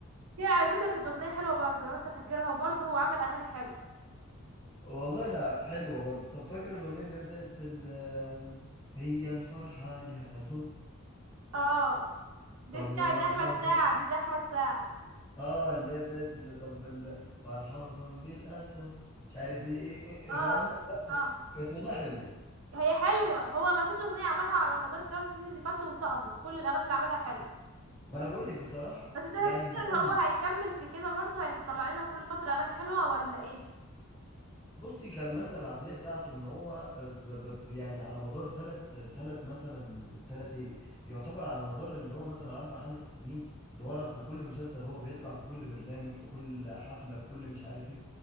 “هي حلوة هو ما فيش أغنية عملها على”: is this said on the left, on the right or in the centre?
Right